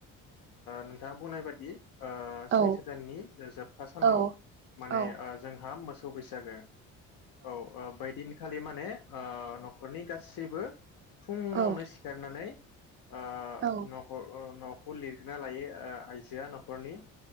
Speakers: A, on the left (about 60°); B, on the right (about 30°).
A: नोंथाङा बुंनाय बादि ओ
B: औ
A: सैथो दाननि जोबथा सानाव
B: औ
A: माने
B: औ
A: ओ जोंहा मोस खौ बैसागो औ ओ बैदिनखालि माने ओ नखरनि गासैबो फुंङावनो
B: औ
A: सिखारनानै ओ
B: औ
A: न'खर ओ न'ख खौ लिरना लायो ओ आइजोआ न'खरनि